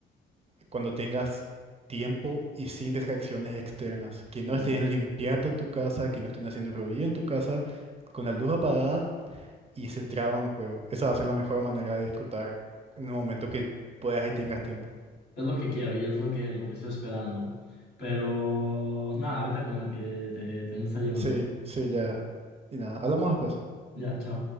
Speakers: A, on the right (about 30°); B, on the left (about 60°).
A: cuando tengas tiempo y sin distracciones externas, que no
B: Es
A: estén limpiando en tu casa, que no estén haciendo ruido en tu casa, con la luz apagada y centrado en el juego. Esa va a ser la mejor manera de disfrutar en el momento que puedas y tengas tiempo.
B: lo que quiero y es lo que, lo que estoy esperando. Pero nada, vete a comer, que te, te me está llamando.
A: Sí, sí, ya. Y nada, hablamos después.
B: Ya, chao.